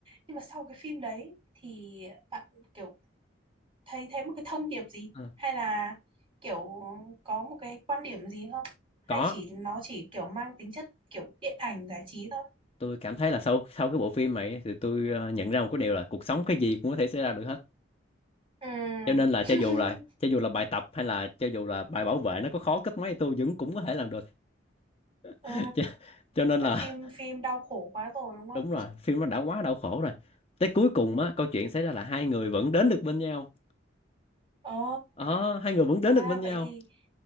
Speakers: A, on the right; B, on the left.
A: nhưng mà sau cái phim đấy thì bạn kiểu thấy thấy một cái thông điệp gì
B: Ờ.
A: hay là kiểu có một cái quan điểm gì không hay
B: có
A: chỉ nó chỉ kiểu mang tính chất kiểu điện ảnh giải trí thôi
B: tôi cảm thấy là sau sau cái bộ phim này thì tôi ờ, nhận ra một cái điều là cuộc sống cái gì cũng có thể xảy ra được hết
A: ừ
B: cho nên là
A: <laughs>
B: cho dù là cho dù là bài tập hay là cho dù là bài bảo vệ nó có khó cấp mấy thì tôi vẫn cũng có thể làm được
A: ừ
B: <laughs> cho, cho nên
A: tại
B: là
A: phim phim đau khổ quá rồi
B: <laughs>
A: đúng không
B: đúng rồi phim nó đã quá đau khổ rồi tới cuối cùng á câu chuyện xảy ra là hai người vẫn đến được bên nhau
A: ờ
B: ờ hai người vẫn đến
A: à
B: được bên nhau
A: vậy thì